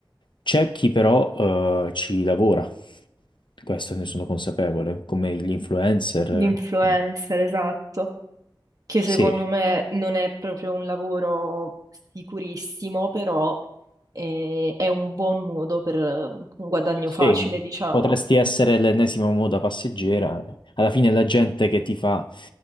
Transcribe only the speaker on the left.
C'è chi però eh, ci lavora, questo ne sono consapevole, come gli influencer.
eh,
Sì,
Sì,
potresti essere l'ennesima moda passeggera. Alla fine è la gente che ti fa,